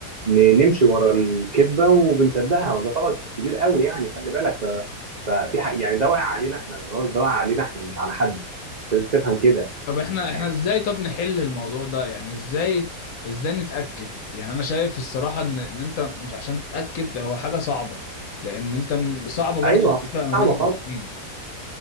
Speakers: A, on the right; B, on the left.
A: ن- نمشي ورا الكذبة وبنصدقها وده غلط كبير قوي يعني خلي بالك ف... ففي حق يعني ده واقع علينا إحنا الغلط ده واقع علينا إحنا مش على حد لازم تفهم كده
B: طب احنا
A: يعني-
B: احنا ازاي طب نحل الموضوع ده يعني ازاي ازاي نتأكد يعني انا شايف الصراحة ان ان انت مش عشان تتأكد هو حاجة صعبة لان انت م- صعبة برضو
A: ايوه
B: تفرق ما
A: صعبه
B: بين الاتنين
A: خالص